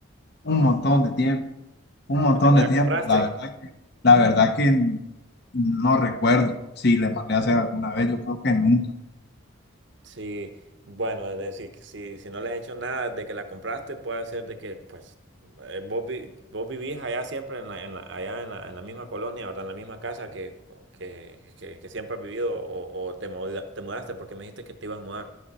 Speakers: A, on the left (about 50°); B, on the right (about 60°).
A: un montón de tiempo, un montón
B: ¿Desde que
A: de
B: la
A: tiempo,
B: compraste?
A: la verdad que, la verdad que n- no recuerdo si le mandé a hacer alguna vez, yo creo que nunca.
B: Sí, bueno, es decir, que si, si no le has hecho nada de que la compraste, puede ser de que, pues, eh, vos, vi- vos vivís allá siempre en la, en la- allá en la, en la misma colonia, ¿verdad? En la misma casa que, que, que- que siempre has vivido o, o te muda- te mudaste porque me dijiste que te ibas a mudar.